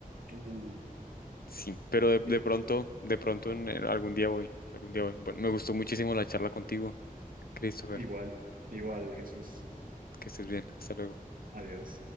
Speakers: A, on the right (about 70°); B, on the left (about 90°).
A: Uy,
B: Sí, pero de, de
A: qué triste.
B: pronto, de pronto en- en algún día voy, algún día voy. Bueno, me gustó muchísimo la charla contigo, Christopher.
A: Igual, igual, Jesús.
B: Que estés bien. Hasta luego.
A: Adiós.